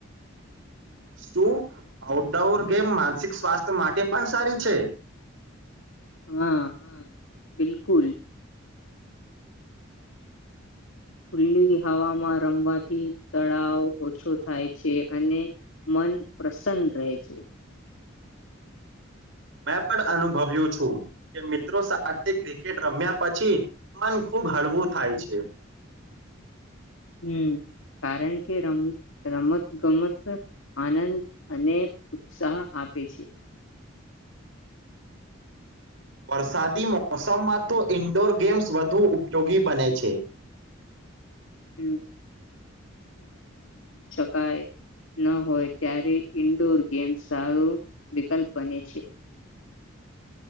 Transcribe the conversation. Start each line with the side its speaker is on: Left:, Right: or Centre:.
Right: શું આઉટડોર ગેમ માનસિક સ્વાસ્થ્ય માટે પણ સારી છે?
Left: હા હા બિલકુલ. ખુલ્લી હવામાં રમવાથી તળાવ ઓછો થાય છે અને મન પ્રસન્ન રહે છે.
Right: મેં પણ અનુભવ્યું છું કે, મિત્રો સાથે ક્રિકેટ રમ્યા પછી મન ખૂબ હળવું થાય છે.
Left: હમ્મ કારણ કે, રમ રમત ગમત આનંદ અને ઉત્સાહ આપે છે.
Right: વરસાદી મોસમમાં તો ઇન્ડોર ગેમ્સ વધુ ઉપયોગી બને છે.
Left: હમ કાય ન હોય ત્યારે ઈન્ડોર ગેમ્ સારો વિકલ્પ બને છે.